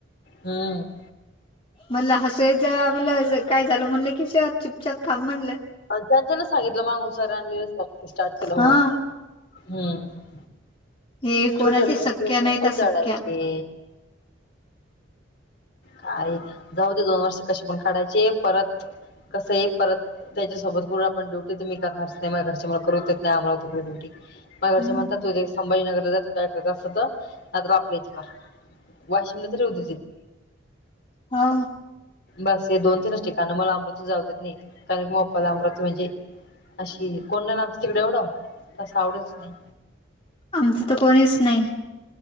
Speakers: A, on the left; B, on the left.
A: हम्म.
B: मला हसू यायच दाबलं असं काय झालं म्हणलं किशोर? चुपचाप थांब म्हणलं.
A: त्यांच्याना सांगितलं मागून सरांनी स्टार्ट केलं म्हणून.
B: हा
A: हम्म.
B: हे कोणाची
A: छोट्या छोट्या
B: सख्या
A: गोष्टी
B: नाहीत
A: कशाला
B: सख्या
A: जळायचे? काए? जाऊ दे दोन वर्ष कसे पण काढायचे. परत कस आहे? परत- त्याच्यासोबत कुठे आपण ड्युटी? तर मी करणारच नाही. माझ्या घरचे मला करूच देत नाही. <unintelligible> ड्युटी माझ्या घरचे
B: हम्म
A: म्हणतात तू संभाजीनगरला जा तू काय करायच असल तर, नाहि तर आपल्या इथे कर. वाशिमला तर <unintelligible>
B: हा
A: बस हे दोन तीनच ठिकाण मला अमृतीच जाऊ देत नाही कारण कीगप्पाला अमृवती म्हणजे. अशी कोणा नामच तिकडे एवढं तं आवड तु नाही.
B: आमचं तर कोणीच नाही.